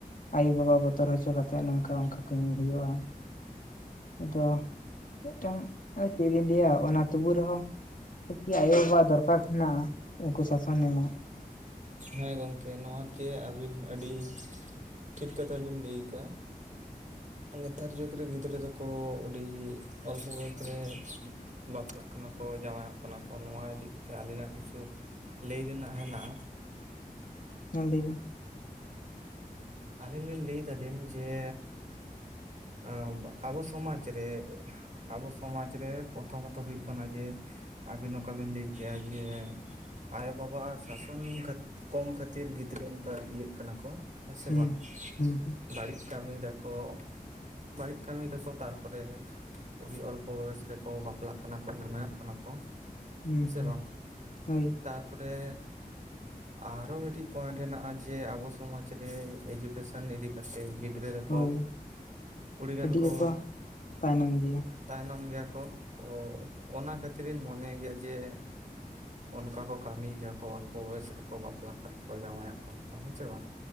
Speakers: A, on the left; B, on the right.
A: ᱟᱭᱳᱼᱵᱟᱵᱟ ᱵᱚᱛᱚᱨ ᱦᱚᱪᱚ ᱠᱟᱛᱮᱫ ᱱᱚᱝᱠᱟ ᱚᱱᱠᱟ ᱠᱟᱹᱢᱤ ᱦᱩᱭᱩᱜᱼᱟ, ᱟᱫᱚ ᱢᱤᱫᱴᱟᱝ <unintelligible> ᱪᱮᱫ ᱞᱤᱧ ᱞᱟᱹᱭᱟ ᱚᱱᱟ ᱛᱩᱵᱩ ᱨᱮᱦᱚᱸ ᱠᱤ ᱟᱭᱳᱼᱵᱟᱵᱟ ᱫᱚᱨᱠᱟᱨ ᱢᱮᱱᱟᱜᱟ ᱩᱱᱠᱩ ᱥᱟᱥᱚᱱ ᱮᱢᱚᱜ
B: ᱦᱮᱸ ᱜᱚᱝᱠᱮ ᱱᱚᱣᱟ ᱡᱮ ᱟᱵᱤᱱ ᱟᱹᱰᱤ ᱴᱷᱤᱠ ᱠᱟᱛᱷᱟ ᱵᱮᱱ ᱞᱟᱹᱭ ᱠᱟᱜᱼᱟ ᱱᱮᱛᱟᱨ ᱡᱩᱜᱽ ᱨᱮ ᱜᱤᱫᱽᱨᱟᱹ ᱫᱚᱠᱚ ᱚᱰᱤ ᱚᱞᱯᱚ ᱵᱚᱭᱚᱥ ᱨᱮ ᱵᱟᱯᱞᱟᱜ ᱠᱟᱱᱟ ᱠᱚ ᱡᱟᱣᱟᱭᱚᱜ ᱠᱟᱱᱟ ᱠᱚ ᱱᱚᱣᱟ ᱤᱫᱤ ᱠᱟᱛᱮᱫ ᱟᱹᱞᱤᱧᱱᱟᱜ ᱠᱤᱪᱷᱩ ᱞᱟᱹᱭ ᱨᱮᱱᱟᱜ ᱦᱮᱱᱟᱜᱼᱟ
A: ᱦᱮᱸ ᱞᱟᱹᱭ ᱵᱤᱱ᱾
B: ᱟᱹᱞᱤᱧ ᱞᱤᱧ ᱞᱟᱹᱭ ᱫᱟᱞᱮᱢ ᱡᱮ ᱟᱸ ᱟᱵᱚ ᱥᱚᱢᱟᱡ ᱨᱮ ᱟᱵᱚ ᱥᱚᱢᱟᱡ ᱨᱮ ᱯᱨᱚᱛᱷᱚᱢᱚᱛᱚ ᱦᱩᱭᱩᱜ ᱠᱟᱱᱟ ᱡᱮ ᱟᱹᱵᱤᱱ ᱚᱠᱟ ᱵᱤᱱ ᱞᱟᱹᱭ ᱠᱮᱭᱟ ᱡᱮ ᱟᱭᱳ-ᱵᱟᱵᱟ ᱟᱜ ᱥᱟᱥᱚᱱ ᱠᱷᱟᱛ ᱠᱚᱢ ᱠᱷᱟᱹᱛᱤᱨ ᱜᱤᱫᱽᱨᱟᱹ ᱚᱝ ᱠᱟ ᱤᱭᱟᱹᱜ ᱠᱟᱱᱟ ᱠᱚ ᱦᱮᱸᱥᱮ
A: ᱦᱩᱸ
B: ᱵᱟᱝ
A: ᱦᱩᱸ ᱦᱩᱸ
B: ᱵᱟᱹᱲᱤᱡ ᱠᱟᱹᱢᱤ ᱫᱟᱠᱚ ᱾ ᱵᱟᱹᱲᱤᱡ ᱠᱟᱹᱢᱤ ᱫᱟᱠᱚ ᱛᱟᱨᱯᱚᱨᱮ ᱟᱹᱰᱤ ᱚᱞᱯᱚ ᱵᱚᱭᱮᱥ ᱨᱮᱠᱚ ᱵᱟᱯᱞᱟᱜ ᱠᱟᱱᱟ ᱠᱚ ᱡᱟᱢᱟᱭᱚᱜ ᱠᱟᱱᱟ ᱠᱚ᱾
A: ᱦᱩᱸ
B: ᱦᱮᱸᱥᱮ ᱵᱟᱝ
A: ᱦᱳᱭ
B: ᱛᱟᱨᱯᱚᱨᱮ ᱟᱨᱦᱚ ᱢᱤᱫᱴᱤᱡ ᱯᱚᱭᱮᱱᱴ ᱦᱮᱸᱱᱟᱜᱼᱟ ᱡᱮ ᱟᱵᱚ ᱥᱚᱢᱟᱡ ᱨᱮ ᱮᱰᱩᱠᱮᱥᱚᱱᱤᱫᱤ ᱡᱟᱛᱮ ᱜᱤᱫᱽᱨᱟᱹ ᱫᱚᱠᱚ
A: ᱦᱳᱭ
B: ᱠᱩᱲᱤ ᱜᱟᱱ
A: ᱟᱹᱰᱤ
B: ᱠᱚ
A: ᱜᱮᱠᱚ ᱛᱟᱭᱱᱚᱢ ᱜᱮᱭᱟ
B: ᱛᱟᱭᱱᱚᱢ ᱜᱮᱭᱟ ᱠᱚ ᱛᱚ ᱚᱱᱟ ᱠᱷᱟᱹᱛᱤᱨ ᱤᱧ ᱢᱚᱱᱮ ᱜᱮᱭᱟ ᱡᱮ ᱚᱱᱠᱟ ᱠᱚ ᱠᱟᱹᱢᱤᱭ ᱜᱮᱭᱟ ᱠᱚ ᱚᱞᱯᱚ ᱵᱚᱭᱚᱥ ᱨᱮ ᱠᱚ ᱵᱟᱯᱞᱟ ᱠᱟᱱᱟ ᱚᱠᱚᱭ ᱡᱟᱶᱟᱭᱚᱜ ᱠᱟᱱ ᱛᱟᱠᱚᱣᱟ ᱦᱮᱸᱥᱮ ᱵᱟᱝ?